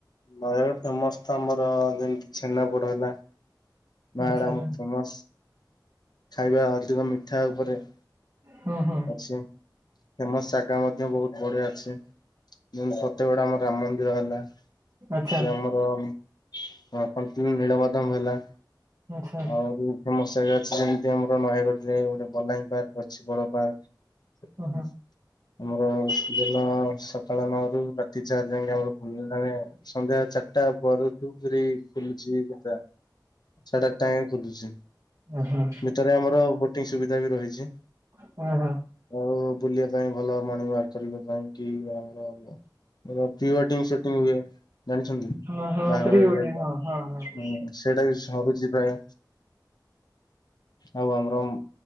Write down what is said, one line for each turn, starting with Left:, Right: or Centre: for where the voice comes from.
Left: ନାଇଁ ଫେମସ ଟା ମୋର ଯେମିତି ଛେନାପୋଡ ହେଲା। ମ୍ୟାଡାମ
Right: ଆଚ୍ଛା ଆଚ୍ଛା
Left: ଫେମସ୍ ଖାଇବା ଅଧିକ ମିଠା ଉପରେ।
Right: ହୁଁ ହୁଁ
Left: ଅଛି ଫେମସ ଶାଗା। ମଧ୍ୟ ବହୁତ ବଢିଆ ଅଛି ଯେମିତି ଫତେଗଡ ଆମର ରାମ ମନ୍ଦିର ହେଲା।
Right: ଆଚ୍ଛା
Left: ଯୋଉ ଆମର କଣ୍ଟିଲୋ ନୀଳମାଧବ ହେଲା
Right: ଆଚ୍ଛା
Left: ଆହୁରି। ଫେମସ ଜାଗା ଅଛି ଯେମିତି ଆମର ନୟାଗଡ଼ରେ ଗୋଟେ ବଲାଙ୍ଗୀ ପାର୍କ ଅଛି ବଡ ପାର୍କ।
Right: ଓହୋ
Left: ଆମର ଦିନ ସକାଳ ନଅରୁ ରାତି ଚାରି ଯାକେ ଆମର ଖୋଲିଲାଣି। ସନ୍ଧ୍ୟା ଚାରିଟା ପର ଠୁରି ଖୋଲୁଛି ହେଟା। ସାଢେ ଆଠଟା ଆଏ ଖୋଲୁଛି
Right: ଓହୋ
Left: ଭିତରେ ଆମର ବୋଟିଂ ସୁବିଧା ବି ରହିଛି।
Right: ଅ ହଁ-
Left: ଆଉ ବୁଲିବା ପାଇଁ ଭଲ ମର୍ଣ୍ଣିଂ ୱାର୍କ କରିବା ପାଇଁ କି ଆମର ରଫି ୱେଟିବି ସେଠି ହୁଏ ଜାଣିଛନ୍ତି
Right: ଓହୋ
Left: ବାହାଘର
Right: ପ୍ରି ୱେଡିଙ୍ଗ
Left: ଇଏ। ଦ
Right: ହଁ ହଁ ହଁ
Left: ହୁଁ ସେଇଟା ବି ସରୁଛି ପ୍ରାୟ ଆଉ ଆମରମ